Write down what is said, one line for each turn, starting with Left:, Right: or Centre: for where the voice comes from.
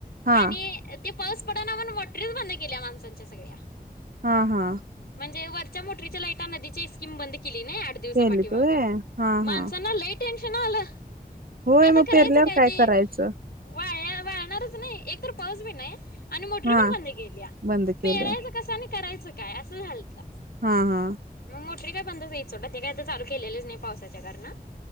Right: हा
Left: आणि ते पाऊस पड ना म्हणून मोटरीच बंद केल्या माणसांच्या सगळ्या.
Right: हा हा
Left: म्हणजे वरच्या मोटरीच्या लाईटा. नदीची स्कीमबंद केली ना आठ दिवसा
Right: केलीत
Left: पाठी माग.
Right: व्हय हा
Left: माणसना
Right: हा
Left: लई टेन्शन आलं.
Right: होय
Left: आता
Right: मग
Left: करायचं
Right: पेरल्यावर
Left: काय ते?
Right: करायचं
Left: वाळ वाळणारच ना. एक तर पाऊच बी नाय. आणि मोटरी
Right: हा
Left: पण बंद केेल्या.
Right: बंद केल्या
Left: पेरायच कसं आणि करायचं काय असं झालत.
Right: हा हा.
Left: मग मोटरी काय बंदचई सोडा. ते काय तर चालू केलेच नाही पावसाच्या कारणं.